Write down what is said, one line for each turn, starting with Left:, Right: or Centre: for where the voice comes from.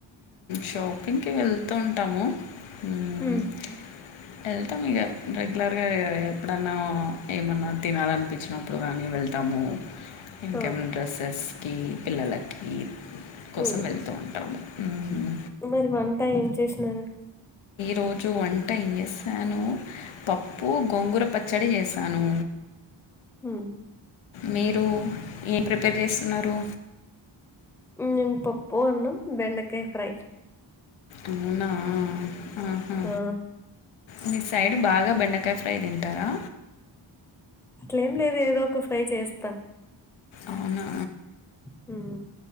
Left: షాపింగ్కి వెళ్తూ ఉంటాము హ్మ్.
Centre: ఉ
Left: వెళ్తాం ఇక రెగ్యులర్ గా ఎప్పుడన్నా ఏమన్నా తినాలనిపించినప్పుడు కానీ వెళ్తాము ఇంకామైనా
Centre: ఆ!
Left: డ్రెస్సెస్కి పిల్లలకి కోసం
Centre: హ్మ్.
Left: వెళ్త ఉంటాము హ్మ్.
Centre: మరి వంట ఏం చేసినారు
Left: రోజు వంట ఏం చేస్తాను పప్పు గోంగూర పచ్చ డి చేసాను
Centre: హ్
Left: మీరు ఏం ప్రిపేర్ చేస్తున్నారు
Centre: మేము పప్పు అన్నాం బెండకయ ఫ్రై
Left: అవునా ఆహా
Centre: ఆ!
Left: మీ సైడ్ బాగా బెండకాయ ఫ్రై తింటారా
Centre: అట్ల ఏం లేదు ఏదో ఒక ఫ్రై చేస్తా
Left: అవునా
Centre: హ్